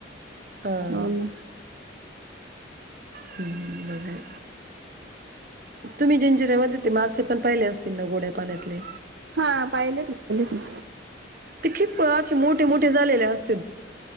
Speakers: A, on the right; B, on the right.
A: हाआ
B: हो ना.
A: ह्म बघाय, तुम्ही जिंजिऱ्यामध्ये ते मासे पण पाहिले असतील, ना गोड्या पाण्यातले.
B: हाआ पाहिलेत ना पाहिलेत.
A: ते खीप अ असे मोठे मोठे झालेले अस